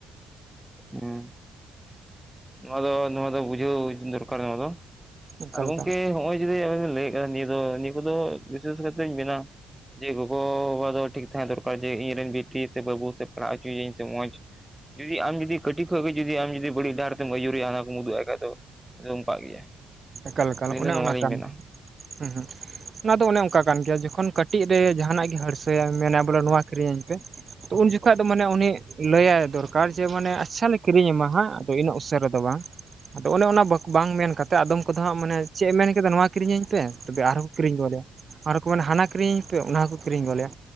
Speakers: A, in the centre; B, on the right.
A: ᱦᱮᱸ ᱱᱚᱣᱟ ᱫᱚ ᱱᱚᱣᱟ ᱫᱚ ᱵᱩᱡᱷᱟᱹᱣ ᱫᱚᱨᱠᱟᱨ ᱱᱚᱣᱟ ᱫᱚ
B: ᱮᱠᱟᱞ
A: ᱟᱨ ᱜᱚᱝᱠᱮ
B: ᱮᱠᱟᱞ
A: ᱦᱚᱸᱜᱼᱚᱭ ᱡᱩᱫᱤ ᱟᱵᱤᱱ ᱵᱤᱱ ᱞᱟᱹᱭᱮᱜ ᱠᱟᱱᱟ ᱱᱤᱭᱟᱹ ᱫᱚ ᱱᱤᱭᱟᱹ ᱠᱚᱫᱚ ᱵᱤᱥᱮᱥ ᱠᱟᱭᱛᱮᱧ ᱢᱮᱱᱟ ᱡᱮ ᱜᱚᱜᱚ ᱵᱟᱵᱟ ᱫᱚ ᱴᱷᱤᱠ ᱛᱟᱦᱮᱸ ᱫᱚᱨᱠᱟᱨ ᱡᱮ ᱤᱧᱨᱮᱱ ᱵᱤᱴᱤ ᱥᱮ ᱵᱟᱹᱵᱩ ᱥᱮ ᱯᱟᱲᱦᱟᱣ ᱦᱚᱪᱚᱭᱟᱹᱧ ᱥᱮ ᱢᱚᱡᱽ ᱡᱩᱫᱤ ᱟᱢ ᱡᱩᱫᱤ ᱠᱟᱹᱴᱤᱜ ᱠᱷᱚᱡ ᱜᱮ ᱡᱩᱫᱤ ᱟᱢ ᱡᱩᱫᱤ ᱵᱟᱹᱲᱤᱡᱴᱜ ᱰᱟᱦᱟᱨ ᱛᱮᱢ ᱟᱹᱭᱩᱨᱤᱭᱟ ᱦᱟᱱᱟ ᱠᱚᱢ ᱩᱫᱩᱜᱼᱟᱭ ᱠᱷᱟᱡ ᱫᱚ ᱩᱱᱤ ᱫᱚ ᱚᱝᱠᱟᱜ ᱜᱮᱭᱟᱭ
B: ᱮᱠᱟᱞ ᱮᱠᱟᱞ
A: ᱟᱹᱞᱤᱧ
B: ᱚᱱᱮ
A: ᱫᱚ ᱱᱚᱣᱟ
B: ᱚᱱᱟ
A: ᱞᱤᱧ
B: ᱠᱟᱱ
A: ᱢᱮᱱᱟ᱾
B: ᱜᱮᱭᱟ ᱦᱩᱸ ᱦᱩᱸ ᱚᱱᱟ ᱫᱚ ᱚᱱᱮ ᱚᱝᱠᱟ ᱠᱟᱱ ᱜᱮᱭᱟ ᱡᱚᱠᱷᱚᱱ ᱠᱟᱹᱴᱤᱜ ᱨᱮ ᱡᱟᱦᱟᱱᱟᱜ ᱜᱮ ᱦᱟᱹᱲᱥᱟᱹᱭᱟ ᱢᱮᱱᱟ ᱵᱚᱞᱮ ᱱᱚᱣᱟ ᱠᱤᱨᱤᱧ ᱟᱹᱧ ᱯᱮ ᱛᱚ ᱩᱱ ᱡᱚᱠᱷᱟᱡ ᱫᱚ ᱢᱟᱱᱮ ᱩᱱᱤ ᱞᱟᱹᱭᱟᱭ ᱫᱚᱨᱠᱟᱨ ᱡᱮ ᱢᱟᱱᱮ ᱟᱪᱪᱷᱟ ᱞᱮ ᱠᱤᱨᱤᱧ ᱟᱢᱟ ᱦᱟᱸᱜ᱾ ᱟᱫᱚ ᱤᱱᱟᱹᱜ ᱩᱥᱟᱹᱨᱟ ᱫᱚ ᱵᱟᱝ ᱟᱫᱚ ᱚᱱᱮ ᱚᱱᱟ ᱵᱟᱠ ᱵᱟᱝ ᱢᱮᱱ ᱠᱟᱛᱮᱜ ᱟᱫᱚᱢ ᱠᱩᱫᱚ ᱦᱟᱸᱜ ᱢᱟᱱᱮ ᱪᱮᱜ ᱮᱢ ᱢᱮᱱ ᱠᱮᱫᱟ ᱱᱚᱣᱟ ᱠᱤᱨᱤᱧᱟᱹᱧ ᱯᱮ ᱛᱚᱵᱮ ᱟᱨᱦᱚᱸᱢ ᱠᱤᱨᱤᱧ ᱟᱜᱩᱫᱮᱭᱟ ᱟᱨᱚ ᱠᱚ ᱢᱮᱱᱟ ᱦᱟᱱᱟ ᱠᱤᱨᱤᱧᱟᱹᱧ ᱯᱮ ᱚᱱᱟ ᱦᱚᱸᱠᱚ ᱠᱤᱨᱤᱧ ᱜᱚᱫ ᱞᱮᱭᱟ